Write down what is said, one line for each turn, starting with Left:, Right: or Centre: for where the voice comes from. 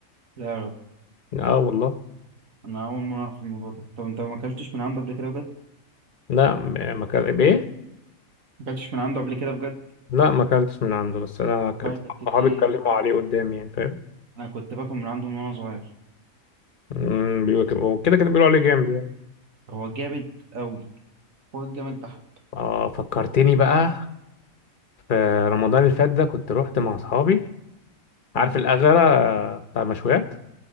Right: لا يا راجل
Left: اه والله
Right: أنا أول مرة أعرف الموضوع ده طب أنت ما أكلتش من عنده قبل كده بجد؟
Left: لا م- ما كان بايه
Right: ما أكلتش من عنده قبل كده بجد؟
Left: لا ما اكلتش من عنده بس انا كنت
Right: فايتك كتير
Left: صحابي اتكلموا
Right: أنا
Left: عليه قدامي يعني فاهم
Right: أنا كنت باكل من عنده من وأنا صغير
Left: أمم، بيقولوا كده وكده كده بيقولوا عليه جامد يعني
Right: هو جامد أوي هو جامد بحت
Left: اه فكرتني بقى في رمضان اللي فات ده كنت رحت مع اصحابي
Right: مم.
Left: عارف الأغرة آه، بتاع مشويات